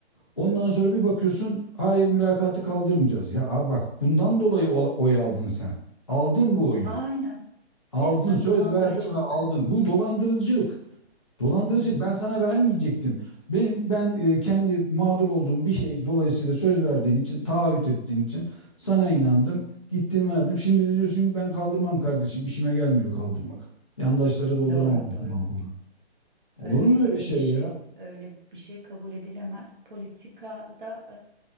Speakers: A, on the left (about 30°); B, on the right (about 50°).
A: Ondan sonra bir bakıyorsun hayır mülakatı kaldırmayacağız. Ya abi bak bundan dolayı ola- oy aldın sen. Aldın bu oyu.
B: Aynen.
A: Aldın
B: Resmen
A: söz
B: dolandırıcılık.
A: verdin ve aldın. Bu dolandırıcılık. Dolandırıcılık
B: Hı hı.
A: ben sana vermeyecektim. Benim ben e, kendi mağdur olduğum bir şey dolayısıyla söz verdiğin için, taahhüt ettiğin için sana inandım. Gittim verdim. Şimdi de diyorsun ki ben kaldırmam kardeşim. İşime gelmiyor kaldırmak. Yandaşlara dolduramam
B: Doğru, doğru.
A: bu zaman falan. Olur
B: Evet,
A: mu
B: öyle
A: öyle şey
B: bir şey
A: ya?
B: öyle bir şey kabul edilemez. Politikada